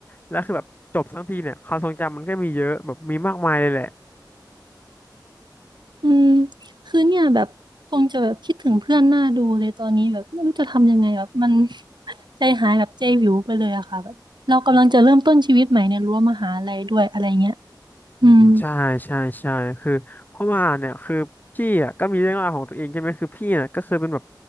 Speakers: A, on the left; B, on the right.
A: แล้วคือแบบจบทั้งทีเนี่ยความทรงจำมันก็มีเยอะแบบมีมากมายเลยแหละ
B: อืมคือเนี่ยแบบคงจะแบบคิดถึงเพื่อนหน้าดูเลยตอนนี้แบบไม่รู้จะทำยังไงแบบมัน <laughs> ใจหายแบบใจวิวไปเลยอะค่ะแบบเรากำลังจะเริ่มต้นชีวิตใหม่ในรั้วมหาลัยด้วยอะไรเงี้ย
A: อืมใช่ใช่ใช่คือเพราะว่าเนี่ยคือพี่อ่ะก็มีเรื่องราวของตัวเองใช่ไหมคือพี่อ่ะก็เคยเป็นแบบ
B: อืม